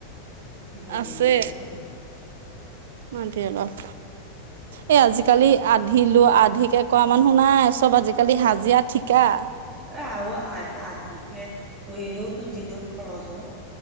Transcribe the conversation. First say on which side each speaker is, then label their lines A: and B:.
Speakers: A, on the right; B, on the right.
A: হয়,
B: আছে
A: নিখন
B: মাটি অলপ, এই আজিকালি
A: এ
B: আ আধি লো, আধিকে কৰা মানুহ নাই, চ'ব আজিকালি হাজিৰা, ঠিকা।
A: আৰু আ, আধিকে কৰিলেওতো যি দিম খৰচ হয়।